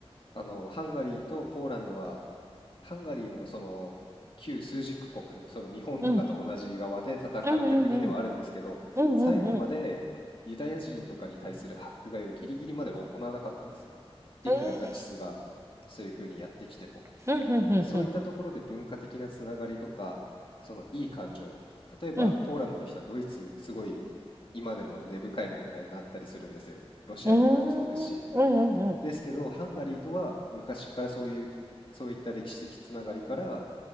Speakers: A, on the left; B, on the right.
A: あの、ハンガリーとポーランドはハンガリーもその旧枢軸国、その日本とかと同じ側で戦った国ではあるんですけど、
B: うんうんうんうん。うんうんうん。
A: 最後までユダヤ人とかに対する迫害をギリギリまで行わなかったんですね。いくらナチスがそういうふうにやってきても。
B: ええうんうんうんうん
A: で、そういったところで文化的なつながりとか、そのいい感情、例えばポーランドの人はドイツ、
B: うん。うん。う
A: すごい今でも根深い問題があったりするんですよ。ロシアとかもそうですし。
B: ーん。うんうんう
A: ですけど、ハンガリーとは昔からそういう、そういった歴史的つながりから